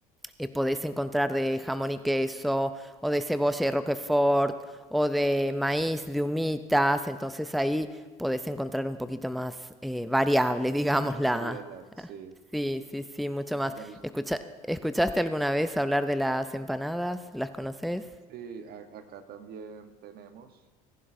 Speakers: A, in the centre; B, on the right.
A: eh, podés encontrar de jamón y queso, o de cebolla y roquefort, o de maíz, de humitas, entonces ahí podés encontrar un poquito más eh, variable, digamos,
B: mucha
A: la...
B: variedad, sí.
A: <laughs> Sí, sí, sí, mucho más.
B: Digamos,
A: Escucha- ¿Escuchaste alguna vez hablar de las empanadas? ¿Las conoces?
B: sí, a- acá también tenemos,